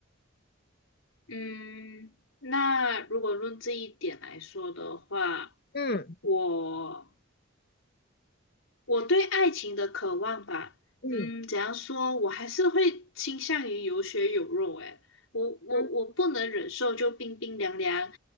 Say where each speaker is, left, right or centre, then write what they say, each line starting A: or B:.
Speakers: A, on the left; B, on the left.
A: 嗯，那如果论这一点来说的话，
B: 嗯
A: 我我对爱情的渴望吧，
B: 嗯
A: 嗯，怎样说，我还是会倾向于有血有肉。诶，我我我不能忍受就冰冰凉凉、
B: 嗯，